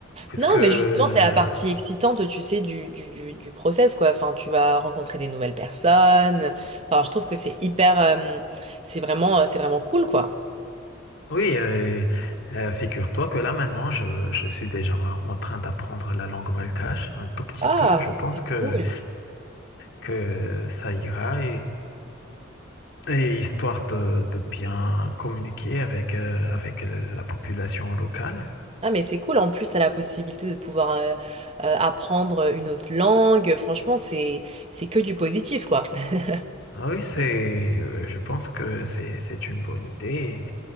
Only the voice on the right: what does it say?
Non,
mais justement, c'est la partie excitante, tu sais, du, du, du, du process, quoi. Enfin, tu vas rencontrer des nouvelles personnes. Enfin, je trouve que c'est hyper... euh, c'est vraiment, euh, c'est vraiment cool, quoi.
Ah,
c'est
cool.
Ah, mais c'est cool. En plus, t'as la possibilité de pouvoir euh, euh, apprendre une autre langue. Franchement, c'est, c'est que du positif, quoi. <laughs>